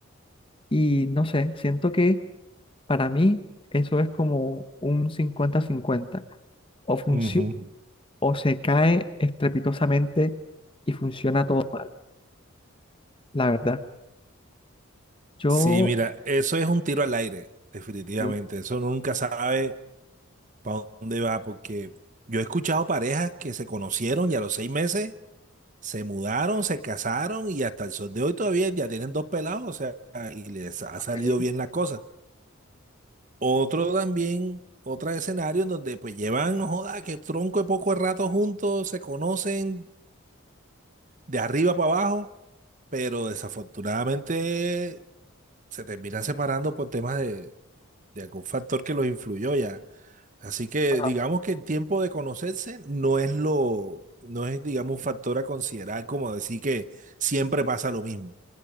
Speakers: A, on the left; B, on the right.
A: Y no sé, siento que para mí eso es como un cincuenta-cincuenta O funciona
B: ujú.
A: o se cae estrepitosamente y funciona todo mal, la verdad. Yo,
B: Sí, mira, eso es un tiro al aire, definitivamente.
A: sí,
B: Eso uno nunca sabe para dónde va, porque yo he escuchado parejas que se conocieron y a los seis meses se mudaron, se casaron y hasta el sol de hoy todavía ya tienen dos pelados, o sea, y les ha
A: ok,
B: salido bien la cosa. Otro también, otro escenario en donde pues llevan, no joda, que tronco de poco de rato juntos, se conocen, de arriba para abajo, pero desafortunadamente se terminan separando por temas de, de algún factor que los influyó ya. Así que
A: ajá,
B: digamos que el tiempo de conocerse no es lo, no es, digamos, un factor a considerar como decir que siempre pasa lo mismo.